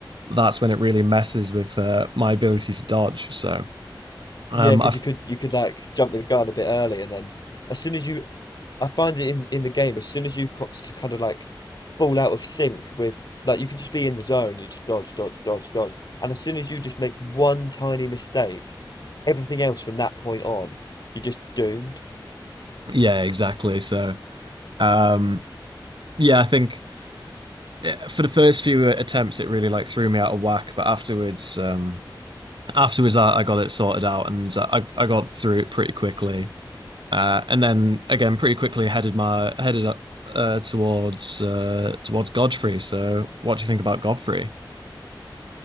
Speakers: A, on the right; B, on the left.
A: that's when it really messes with uh, my ability to dodge. So, um,
B: yeah, because
A: I,
B: you could you could like jump the gun a bit early, and then as soon as you, I find it in in the game, as soon as you co- s- kind of like fall out of sync with like you can just be in the zone, you just dodge, dodge, dodge, dodge, and as soon as you just make one tiny mistake everything else from that point on, you're just doomed.
A: yeah, exactly. So, um, yeah, I think. Uh, for the first few attempts, it really like threw me out of whack. But afterwards, um, afterwards, I, I got it sorted out and I, I got through it pretty quickly. Uh, and then again, pretty quickly headed my headed up uh, towards uh, towards Godfrey. So, what do you think about Godfrey?